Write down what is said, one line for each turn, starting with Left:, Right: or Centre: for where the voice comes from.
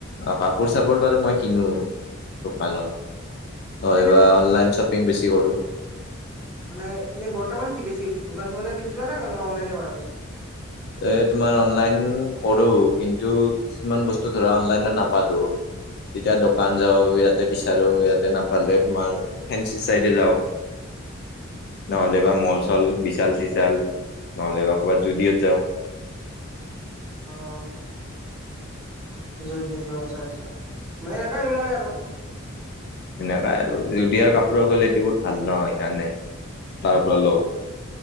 Left: অ কাপোৰ-চাপোৰ বাৰু মই কিনো দোকানত। নহলেবা
Centre: এনে ধৰ
Left: অনলাইন শ্বপিং, বেছি কৰোঁ।
Centre: মানে এনেই বৰ্তমান কি বেছি, দোকান-চোকানেই বেছি যোৱা নে অনলাইনে কৰা বেছি?
Left: এ তোমাৰ অনলাইন কৰো, কিন্তু কিছুমান বস্তু ধৰা অনলাইনত নাপালো তেতিয়া দোকান যাওঁ, ইয়াতে বিচাৰো ইয়াতে নাপালে তোমাৰ ফেঞ্চি চাইডে যাওঁ।
Centre: <inaudible>
Left: নহ'লে
Centre: আচ্ছা
Left: বা মল-চল, বিশাল-চিশাল নহলে বা ক'ৰবাত জুডিঅত যাওঁ।
Centre: অঁ! জুডিঅ যোৱা আচ্ছা-আচ্ছা। মানে এনেকা এইবিলাকেই আৰু।
Left: প্ৰায় আৰু জুদিঅৰ কাপোৰৰ কোৱালিটিবোৰ ভাল নহয় সেইকাৰণে তাৰ পৰা লওঁ।